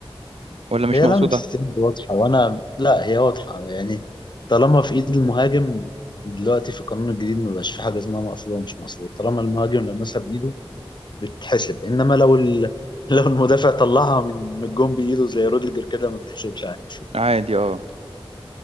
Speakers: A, on the right (about 85°); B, on the left (about 50°).
A: ولا مش
B: هي
A: مقصودة
B: لمسه يد واضحه وانا لا هي واضحه يعني طالما في ايد المهاجم دلوقتي في القانون الجديد ما بقاش في حاجه اسمها مقصوده ومش مقصوده طالما المهاجم لمسها بايده بتتحسب انما لو ال... <laughs> لو المدافع طلعها من من الجون بايده زي روديجر كده ما بتحسبش عادي
A: عادي اه